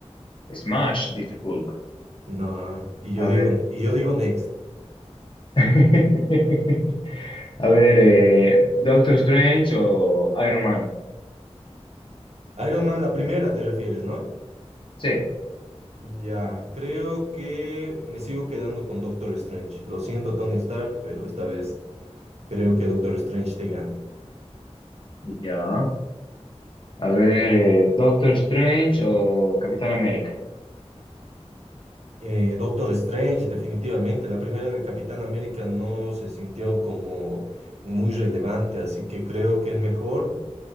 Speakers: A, on the left; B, on the right.
A: Smash, dice Hulk.
B: No, y yo
A: A
B: digo,
A: ver.
B: y yo digo Next.
A: <laughs> A ver, eh, Doctor Strange o Iron Man.
B: Iron Man, la primera te refieres, ¿no?
A: Sí,
B: Ya, creo que me sigo quedando con Doctor Strange. Lo siento, Tony Stark, pero esta vez creo que Doctor Strange te gana.
A: ya. A ver, eh, Doctor Strange o Capitán América.
B: Eh, Doctor Strange, definitivamente. La primera del Capitán América no se sintió como muy relevante, así que creo que es mejor